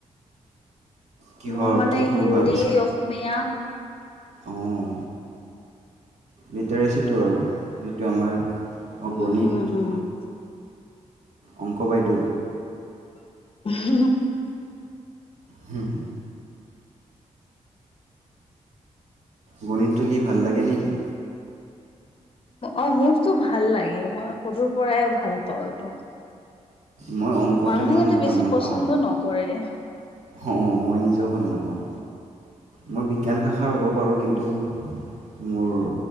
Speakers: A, on the right; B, on the left.
A: কিহৰ
B: মোৰ মানে
A: কি পঢ়োৱা
B: হিন্দী,
A: পিছে
B: অসমীয়া
A: অঁ লিটাৰেচিটো আৰু, যিটো আমাৰ অ-গণিত
B: উম হম হম
A: অংক বাইদেউ
B: <unintelligible>
A: হম। গণিতটো কি ভাল লাগে নেকি?
B: অ', মোৰতো ভাল লাগে। মই সৰুৰ পৰাই ভাল পাওঁ এইটো।
A: মই অংকটো
B: মানুহে
A: ইমান
B: কিন্তু
A: ভাল
B: বেছি
A: নাপাওঁ।
B: পচন্দ নকৰে
A: অ', মই নিজেও ভাল নাপাওঁ। মই বিজ্ঞান শাখাৰ হ'ব হ'ব পাৰো, কিন্তু মোৰ